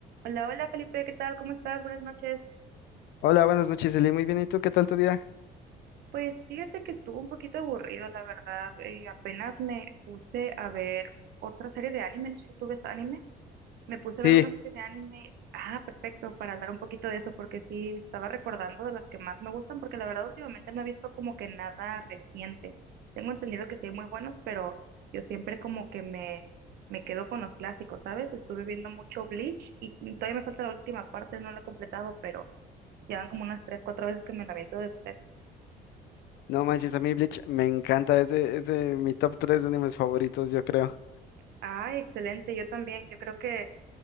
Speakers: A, on the right; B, on the left.
A: Hola, hola Felipe, ¿qué tal? ¿Cómo estás? Buenas noches.
B: Hola, buenas noches, Eli. Muy bien, ¿y tú? ¿Qué tal tu día?
A: Pues fíjate que estuvo un poquito aburrido, la verdad. eh, apenas me puse a ver otra serie de anime, no sé si tú ves anime. Me puse a
B: Sí,
A: ver una serie de animes. Ah, perfecto, para hablar un poquito de eso, porque sí, estaba recordando de las que más me gustan, porque la verdad últimamente no he visto como que nada reciente. Tengo entendido que sí hay muy buenos, pero yo siempre como que me, me quedo con los clásicos, ¿sabes? Estuve viendo mucho Bleach y todavía me falta la última parte, no la he completado, pero... Llevan como unas tres, cuatro veces que me la aviento desde cero.
B: no manches, a mí Bleach me encanta. Es de, es de mi top 3 de animes favoritos, yo creo.
A: Ay, excelente. Yo también. Yo creo que